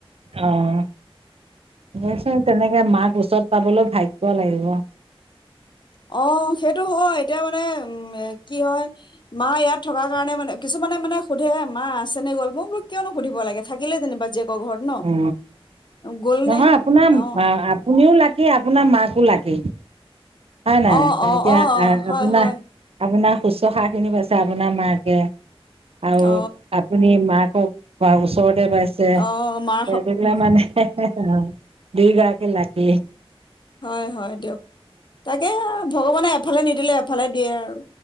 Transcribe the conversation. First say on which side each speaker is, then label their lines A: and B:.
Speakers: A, on the right (about 75°); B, on the left (about 50°).
A: অ', এইচোন তেনেকে মাক ওচৰত পাবলৈ ভাগ্য লাগিব।
B: অ', সেইটো হয়, এতিয়া মানে উ'ম, কি হয় মা ইয়াত থকাৰ কাৰণে মানে, কিছুমানে মানে সুধেহে, 'মা আছে নে গ'ল? ' মই বোলো কিয়নো সুধিব লাগে, থাকিলে যেনিবা জীয়েকৰ ঘৰত ন
A: অ',
B: গ'ল
A: নহয়
B: নে
A: আপোনাৰ
B: অ
A: মা আপুনিও লাকী। কি আপোনাৰ মাকো লাগে, হয় নাই?
B: অ অ
A: এতিয়া
B: অ অ
A: আ-আপোনাৰ
B: হয় হয়
A: আপোনাৰ শুশ্ৰূষাখিনি পাইছে আপোনাৰ মাকে আৰু
B: অ
A: আপুনি মাকক বা ওচৰতে পাইছে।
B: অ', মা
A: এইবিলাক মানে, হেঃ হেঃ অ দুইগৰাকীয়ে লাকী।
B: হয় হয়, দিয়ক। তাকেহে, ভগৱানে এফালে নিদিলে, এফালে দিয়ে আৰু।